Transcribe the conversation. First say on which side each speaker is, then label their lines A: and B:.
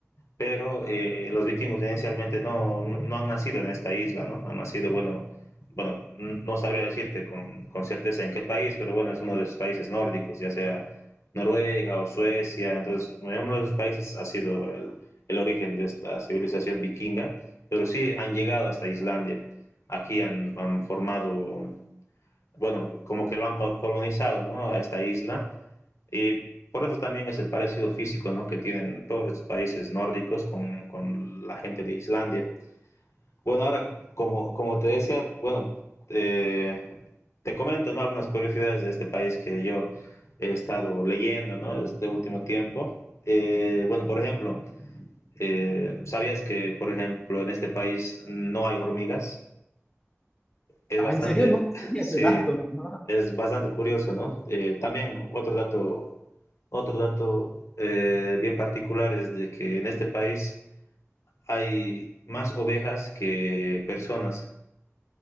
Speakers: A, on the left; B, on the left.
A: pero eh, los vikingos inicialmente no, no, han nacido en esta isla, ¿no? Han nacido, bueno, bueno no sabría decirte con, con, certeza en qué país, pero bueno, es uno de los países nórdicos, ya sea Noruega o Suecia, entonces en uno de esos países ha sido el, el origen de esta civilización vikinga, pero sí han llegado hasta Islandia, aquí han, han formado, bueno, como que lo han colonizado, ¿no? A esta isla y por eso también es el parecido físico ¿no? que tienen todos estos países nórdicos con, con la gente de Islandia. Bueno, ahora, como, como te decía, bueno, eh, te comento ¿no? algunas curiosidades de este país que yo he estado leyendo ¿no? este último tiempo. Eh, bueno, por ejemplo, eh, ¿sabías que, por ejemplo, en este país no hay hormigas? Es
B: Ah,
A: bastante,
B: ¿en serio? No, no
A: <laughs>
B: tenía
A: sí,
B: ese dato, ¿no?
A: es bastante curioso, ¿no? Eh, también otro dato otro dato eh, bien particular es de que en este país hay más ovejas que personas.